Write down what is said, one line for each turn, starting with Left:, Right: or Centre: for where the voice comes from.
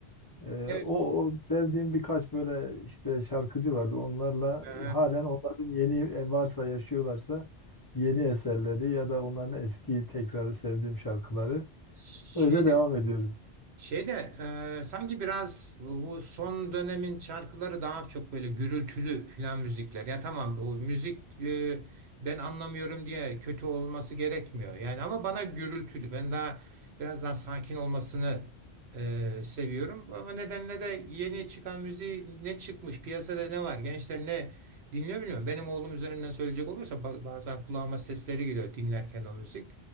Left: Ee,
Right: evet,
Left: o, o sevdiğim birkaç böyle işte şarkıcı vardı. Onlarla
Right: e,
Left: halen onların yeni e, varsa yaşıyorlarsa yeni eserleri ya da onların eski tekrar sevdiğim şarkıları
Right: şeyde
Left: öyle devam ediyorum.
Right: Şeyde e, sanki biraz bu son dönemin şarkıları daha çok böyle gürültülü filan müzikler. Ya tamam o müzik e, ben anlamıyorum diye kötü olması gerekmiyor. Yani ama bana gürültülü. Ben daha biraz daha sakin olmasını e, seviyorum. O nedenle de yeni çıkan müziği ne çıkmış piyasada ne var gençler ne dinliyor bilmiyorum. Benim oğlum üzerinden söyleyecek olursa ba- bazen kulağıma sesleri geliyor dinlerken o müzik.